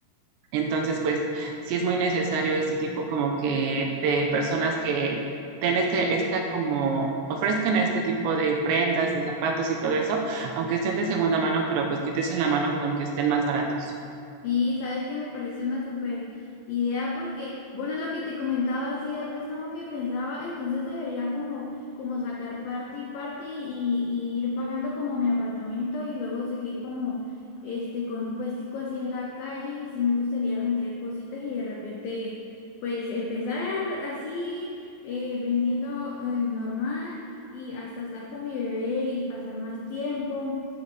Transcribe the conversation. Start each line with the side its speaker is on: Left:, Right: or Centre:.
Right: Entonces, pues sí es muy necesario este tipo como que de personas que ten este, esta como, ofrezcan este tipo de prendas, de zapatos y todo eso, aunque estén de segunda mano, pero pues que te echen la mano con que estén más baratos.
Left: Sí, sabes que me parece una súper idea porque, bueno, lo que te comentaba así del préstamo que pensaba, entonces debería como, como sacar parte y parte y, y ir pagando como mi apartamento y luego seguir como este con un puestico así en la calle y sí me gustaría vender cositas y de repente pues empezar así eh, vendiendo eh, normal y hasta estar con mi bebé y pasar más tiempo.